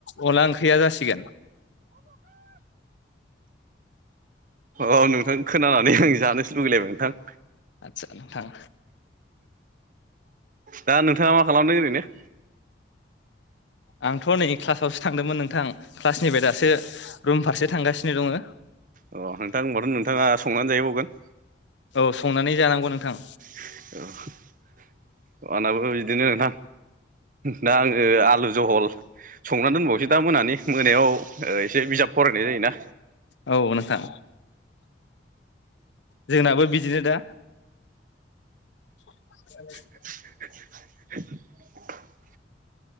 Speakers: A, on the left; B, on the right.
A: अनला ओंख्रिया जासिगोन
B: औ नोंथां खोनानानै आं जानोसो लुगैलायबाय नोंथां
A: आदसा नोंथां
B: दा नोंथाङा मा खालामदों ओरैनो
A: आंथ' नै क्लासावसो थांदोंमोन नोंथां क्लासनिफ्राय दासो रुम फारसे थांगासिनो दङ
B: अ नोंथां होनबाथ' नोंथाङा संनानै जाहैबावगोन
A: औ संनानै जानांगौ नोंथां
B: <unintelligible> आनाबो बिदिनो ना दा आङो आलु जहल संनानै दोनबावसै दा मोनानि मोनायाव इसे बिजाब फरायनाय जायोना
A: औ नोंथां जोंनाबो बिदिनो दा <inaudible>
B: <inaudible>